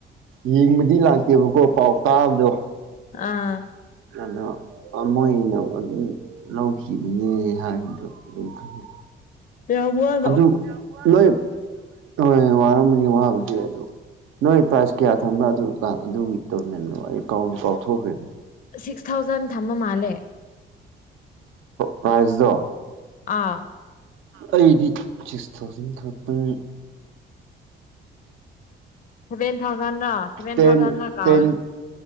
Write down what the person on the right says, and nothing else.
ꯌꯦꯡꯕꯗꯤ ꯂꯥꯛꯇꯦꯕꯀꯣ ꯄꯥꯎ ꯇꯥꯕꯗꯣ
ꯑꯗꯣ ꯃꯣꯏꯅ ꯑꯗꯨꯝ ꯂꯧꯈꯤꯕꯅꯦ ꯍꯥꯏꯕꯗꯣ ꯑꯗꯨꯝ ꯈꯖ
ꯑꯗꯨ ꯅꯣꯏ ꯍꯣꯏ ꯋꯥꯔꯝꯒꯅꯤ ꯋꯥꯕꯗꯤ ꯑꯗꯨ ꯅꯣꯏ ꯄ꯭ꯔꯥꯏꯖ ꯀꯌꯥ ꯊꯝꯕ꯭ꯔꯥ ꯑꯗꯨ ꯑꯗꯨꯒꯤ ꯇꯣꯔꯃꯦꯟꯗꯣ ꯑꯩ ꯀꯥꯎꯊꯣꯛꯈ꯭ꯔꯦꯅꯤ
ꯄꯥꯏꯖꯗꯣ
ꯑꯩꯗꯤ ꯁꯤꯛꯁ ꯊꯥꯎꯖꯟ ꯈꯛꯇꯪ
ꯇꯦꯟ
ꯇꯦꯟ